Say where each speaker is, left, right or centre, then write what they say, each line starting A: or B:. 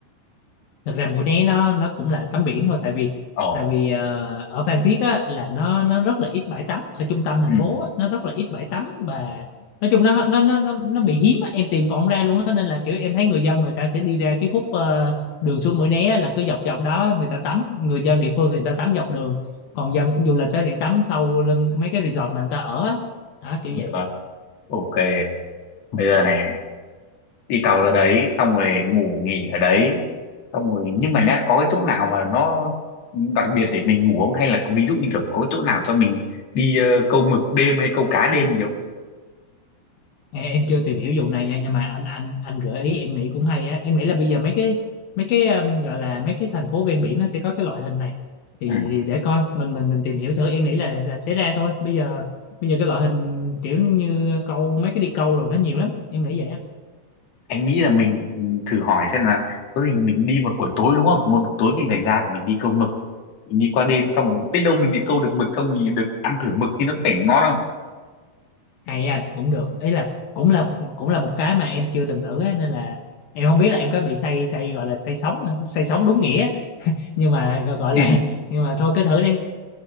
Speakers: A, on the left; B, on the left.
A: thật ra Mũi Né nó nó cũng là tắm biển thôi tại vì
B: Ồ,
A: tại vì ờ, ở Phan Thiết á, là nó nó rất là ít bãi tắm ở trung tâm thành
B: ừ,
A: phố á, nó rất là ít bãi tắm và nói chung nó nó nó nó, nó bị hiếm á, em tìm còn không ra luôn á nên là kiểu em thấy người dân người ta sẽ đi ra cái khúc ờ, đường xuống Mũi Né á, là cứ dọc dọc đó người ta tắm người dân địa phương thì người ta tắm dọc đường còn dân du lịch á thì tắm sâu lưng mấy cái resort mà người ta ở á. Đó, kiểu
B: được.
A: vậy
B: Ok. Bây giờ này, đi tàu ra đấy xong rồi ngủ nghỉ ở đấy xong rồi nhưng mà nhá có cái chỗ nào mà nó đặc biệt để mình ngủ không hay là có ví dụ như kiểu có chỗ nào cho mình đi ờ, câu mực đêm hay câu cá đêm gì không
A: Ê, em chưa tìm hiểu vụ này nha nhưng mà anh anh anh gợi ý em nghĩ cũng hay á em nghĩ là bây giờ mấy cái mấy cái um, gọi là mấy cái thành phố ven biển nó sẽ có cái loại hình này thì
B: ừ.
A: thì để coi mình mình mình tìm hiểu thử em nghĩ là là sẽ ra thôi bây giờ bây giờ cái loại hình kiểu như câu mấy cái đi câu rồi nó nhiều lắm em nghĩ vậy á
B: anh nghĩ là mình thử hỏi xem là có gì mình đi một buổi tối đúng không một buổi tối mình phải ra để mình đi câu mực mình đi qua đêm xong rồi biết đâu mình lại câu được mực xong mình được ăn thử mực thì nó phải ngon không
A: hay anh cũng được ý là cũng là cũng là một cái mà em chưa từng thử á nên là em không biết là em có bị say say gọi là say sóng say sóng đúng nghĩa nhưng mà gọi
B: <laughs>
A: là nhưng mà thôi cứ thử đi